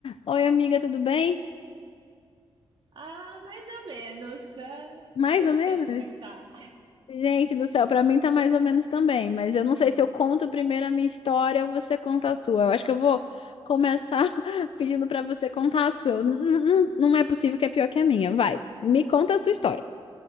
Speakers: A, on the left; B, on the right.
A: Oi, amiga, tudo bem?
B: Ah, mais ou menos. Ah,
A: Mais
B: E você,
A: ou menos?
B: como é que tá?
A: Gente do céu, pra mim tá mais ou menos também, mas eu não sei se eu conto primeiro a minha história ou você conta a sua. Eu acho que eu vou começar <laughs> pedindo pra você contar a sua. Eu- n- n- Não é possível que é pior que a minha. Vai, me conta a sua história.